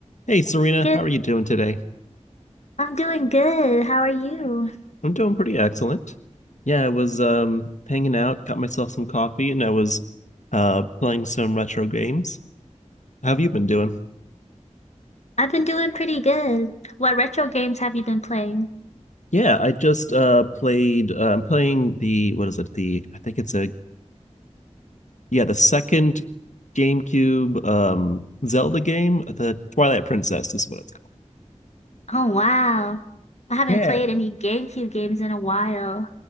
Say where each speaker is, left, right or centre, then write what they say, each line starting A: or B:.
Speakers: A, on the left; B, on the left.
A: Hey Serena,
B: Good.
A: how are you doing today?
B: I'm doing good. How are you?
A: I'm doing pretty excellent. Yeah, I was um hanging out, got myself some coffee, and I was uh playing some retro games. How have you been doing?
B: I've been doing pretty good. What retro games have you been playing?
A: Yeah, I just uh played uh, I'm playing the what is it? The I think it's a yeah, the second GameCube um Zelda game, the Twilight Princess is what it's called.
B: Oh, wow. I haven't
A: Yeah.
B: played any GameCube games in a while.